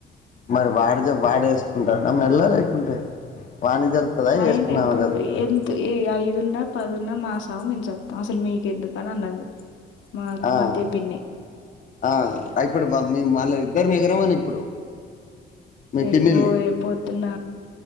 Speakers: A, on the left; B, on the left.
A: మరి వాడిది వాడెసుకుంటాన్నడ మెడలో లేకుంటే వాని తెలుతుందా
B: అయన
A: వేసుకున్నామా
B: ఇప్పుడు
A: తెలుతుందా
B: ఎంత య అయి పదున్న పదున్న మాసావు మేము సస్తమ్ అసలు మీకు ఎందుకని అన్నది. మా
A: ఆహ్
B: మధ్య పిన్ని
A: ఆహ్ ఇప్పుడు మల్ల మీ మల్లతే ఇద్దరం మీగరం అని ఇప్పుడు. మీ
B: ఏయ్
A: పిన్నిల్ని
B: ఓయ్ పొద్దున్న